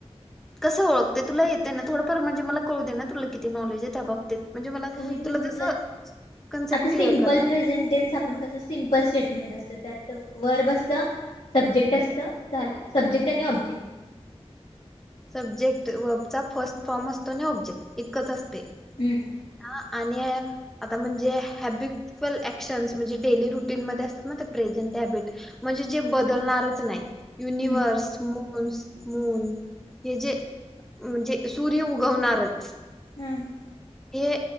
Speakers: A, in the centre; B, on the left.
A: कस ओळखते तुलाइ येत ना थोडंफार म्हणजे मला कळू दे ना तुला किती नॉलेज आहे त्या बाबतीत. म्हणजे मला
B: म मी तुला
A: जसं कन्सेप्ट
B: आता सिम्पल
A: क्लिअर करता
B: प्रेझंटेनस
A: येईल
B: पण कसं सिमपल स्टेटमेंट असतं त्यात वर बसत. सब्जेक्ट असतं झालं, सब्जेक्ट आणि ऑब्जेक्ट.
A: सब्जेक्ट वर्बचा फर्स्ट फॉर्म असतो आण ऑब्जेक्ट इतकंच असते.
B: हम्म.
A: का आणि आता म्हणजे हॅबिक्यूअल ऍक्शन्स म्हणजे डेली रुटीनमध्ये असतात ना ते प्रेझंट हॅबिट म्हणजे जे बदलणारच नाय युनिव्हर्स
B: हम्म
A: मून मून हे जे म्हणजे सूर्य उगवणारच.
B: हम्म.
A: हे